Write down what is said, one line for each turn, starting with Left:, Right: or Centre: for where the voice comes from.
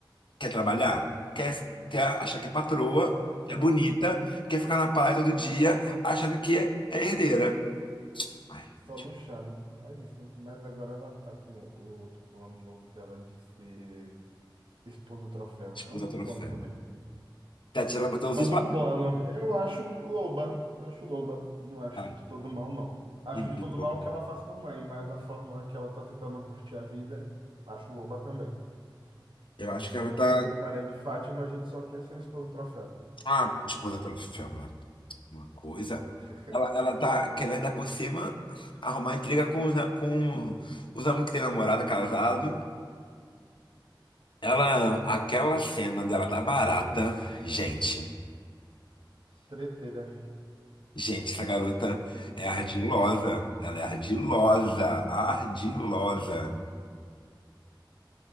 Left: quer trabalhar, quer,
Right: Não,
Left: quer achar que é patroa,
Right: ela não quer,
Left: é bonita,
Right: tá?
Left: quer ficar na praia todo dia, achando que é, é herdeira. Ai,
Right: Só
Left: tipo,
Right: Luciano. É isso. Mas agora ela tá com o outro plano novo dela de ser esposa troféu.
Left: disputa
Right: É um bom
Left: troféu.
Right: plano também.
Left: Tá tirando pra todos
Right: É
Left: os
Right: um
Left: lados.
Right: bom plano. Eu acho loba. Eu acho loba. Não acho
Left: Ai,
Right: de todo mal, não. Acho
Left: ridículo.
Right: de todo mal que ela faz com a mãe, mas a forma que ela tá tentando curtir a vida, acho loba também.
Left: Eu acho que ela
Right: Nós,
Left: tá.
Right: um pouco Maria de Fátima, a gente só quer ser esposa troféu.
Left: Ah, esposa troféu, mano. Uma coisa.
Right: <laughs>
Left: Ela, ela tá querendo ainda por cima arrumar intriga com os, na- com os amigos que tem namorada, casado. Ela, aquela cena dela da barata, gente.
Right: Treteira.
Left: Gente, essa garota
Right: Treteira,
Left: é ardilosa.
Right: treteira.
Left: Ela é ardilosa, ardilosa.